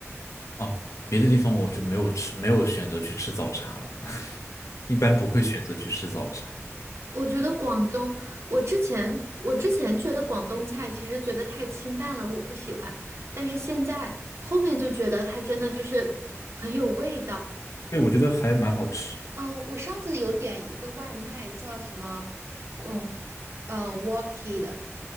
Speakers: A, on the left; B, on the right.
A: 哦，别的地方我就没有吃，没有选择去吃早茶了，<laughs> 一般不会选择去吃早茶。
B: 我觉得广东，我之前我之前觉得广东菜其实觉得太清淡了，我不喜欢。但是现在后面就觉得它真的就是很有味道。
A: 对，我觉得还蛮好吃的，
B: 嗯，我上次有点一个外卖，叫什么，嗯，呃，Walkie 的，